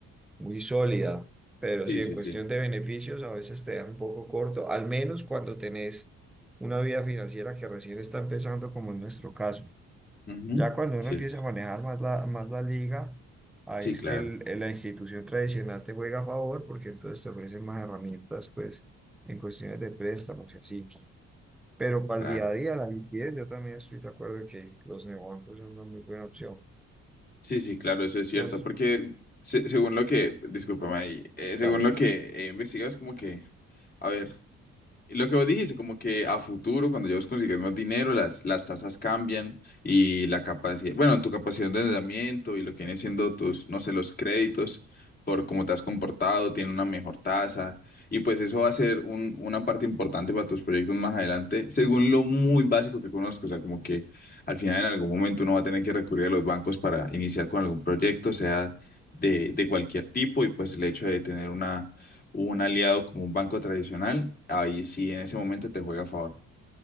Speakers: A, in the centre; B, on the left.
A: muy sólida, pero
B: Sí,
A: sí, en
B: sí,
A: cuestión
B: sí.
A: de beneficios a veces te da un poco corto, al menos cuando tenés una vida financiera que recién está empezando, como en nuestro caso.
B: Ujú.
A: Ya cuando
B: Sí,
A: uno empieza
B: es.
A: a manejar más la, más la liga, ahí
B: Sí,
A: es
B: claro,
A: que el- la institución tradicional te juega a favor, porque entonces te ofrecen más herramientas, pues, en cuestiones de préstamos y así. Pero para
B: claro.
A: el día a día, la liquidez, yo también estoy de acuerdo en que los neobancos son una muy buena opción.
B: Sí, sí, claro, eso es cierto,
A: Entonces,
B: porque se- según lo que, discúlpame ahí, eh,
A: dale.
B: según lo que he investigado, es como que, a ver. Lo que vos dijiste, como que a futuro, cuando ya vos consigues más dinero, las, las tasas cambian y la capacidad, bueno, tu capacidad de endeudamiento y lo que viene siendo tus, no sé, los créditos por cómo te has comportado, tiene una mejor tasa y pues eso va a ser un- una parte importante para tus proyectos más adelante, según lo muy básico que conozco, o sea, como que al final en algún momento uno va a tener que recurrir a los bancos para iniciar con algún proyecto, sea de, de cualquier tipo y pues el hecho de tener una un aliado como un banco tradicional, ahí sí en ese momento te juega a favor.